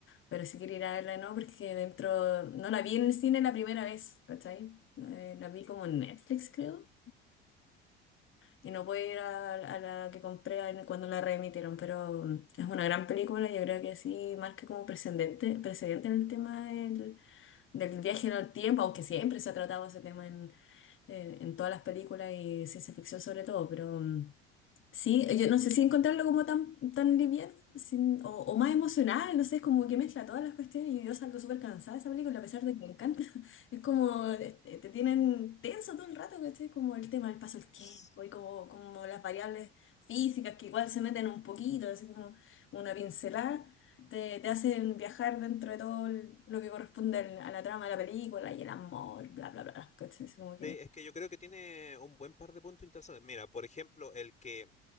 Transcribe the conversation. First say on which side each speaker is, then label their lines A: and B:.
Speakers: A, on the left (about 40°); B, on the left (about 25°).
A: Pero sí quería ir a verla, ¿no? Porque dentro, no la vi en el cine la primera vez, ¿cachai? Eh, la vi como en Netflix, creo. Y no pude ir a, a la que compré en- cuando la reemitieron, pero mm, es una gran película. Yo creo que sí marca como precedente, precedente el tema del, del viaje en el tiempo, aunque siempre se ha tratado ese tema en, en, en todas las películas y ciencia ficción sobre todo, pero. mm, Sí, yo no sé si encontrarlo como tan, tan liviano sin- o, o más emocional, no sé, es como que mezcla todas las cuestiones y yo salgo súper cansada de esa película a pesar de que me encanta. <laughs> Es como, este, te tienen tenso todo el rato, ¿cachai? Como el tema del paso del tiempo
B: Es-
A: y como, como las variables físicas que igual se meten un poquito, así como una pincelada, te, te hacen viajar dentro de todo el- lo que corresponde al- a la trama de la película y el amor, bla, bla, bla, ¿cachai? Es como que...
B: sí, es que yo creo que tiene un buen par de puntos interesantes. Mira, por ejemplo, el que